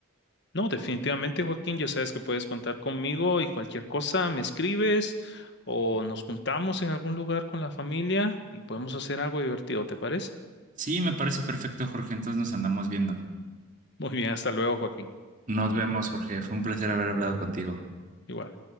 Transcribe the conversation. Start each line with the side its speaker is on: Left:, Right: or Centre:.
Left: No, definitivamente, Joaquín, ya sabes que puedes contar conmigo y cualquier cosa me escribes o nos juntamos en algún lugar con la familia y podemos hacer algo divertido, ¿te parece?
Right: Sí, me parece perfecto, Jorge, entonces nos andamos viendo.
Left: Muy bien, hasta luego, Joaquín.
Right: Nos vemos, Jorge. Fue un placer haber hablado contigo.
Left: Igual.